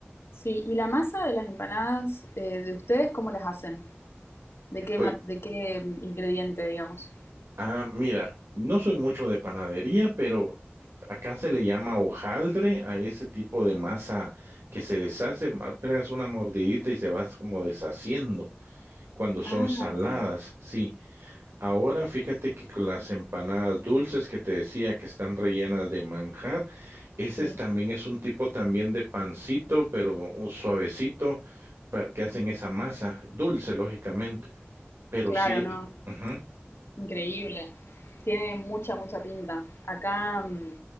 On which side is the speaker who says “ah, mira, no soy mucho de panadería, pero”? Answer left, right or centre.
Right